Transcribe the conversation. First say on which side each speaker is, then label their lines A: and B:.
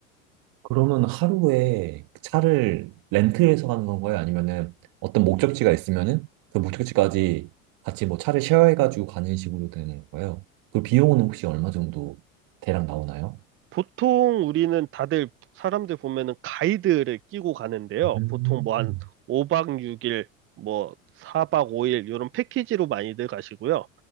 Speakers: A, on the right; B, on the right.
A: 그러면 하루에 차를 렌트해서 가는 건가요? 아니면은 어떤 목적지가 있으면은 그 목적지까지 같이 뭐 차를 쉐어해가지고 가는 식으로 되는 건가요? 그 비용은 혹시 얼마 정도 대략 나오나요?
B: 보통 우리는 다들 사람들 보면은 가이드를 끼고 가는데요.
A: 음,
B: 보통 뭐 한 5박 6일, 뭐 4박 5일 이런 패키지로 많이들 가시고요.